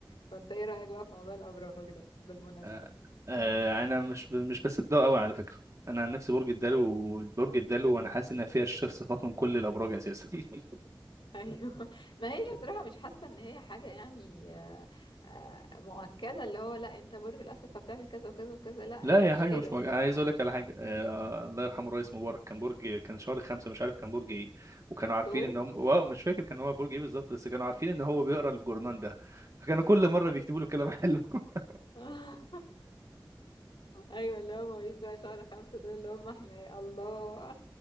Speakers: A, on the left; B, on the right.
A: فانت ايه رأيك بقى في موضوع الابراج ده بالمناسبة
B: آه، آه، انا مش ب- مش بصدقه قوي على فكره انا عن نفسي برج الدلو برج الدلو وانا حاسس ان فيها الشيخ صفات من كل الابراج اساسا <laughs>
A: ايوه <laughs> ما هي بصراحه مش حاسه ان هي حاجه يعني آه، آه، مؤكده اللي هو لا انت برج الاسد فبتعمل كذا وكذا وكذا لا
B: لا
A: هي
B: هي
A: مش
B: حاجه
A: كده
B: مش مج...
A: بس
B: انا عايز اقول لك على حاجه آه الله يرحمه الرئيس مبارك كان برج كان شهر خمسه مش عارف كان برج ايه وكانوا عارفين
A: دكتور
B: ان هم واو مش فاكر كان هو برج ايه بالظبط بس كانوا عارفين ان هو بيقرا الجورنان ده فكانوا كل مره بيكتبوا له كلام حلو <laughs>
A: <laughs> ايوه اللي هو مواليد بقى شهر خمسة دول اللي هم احنا يا الله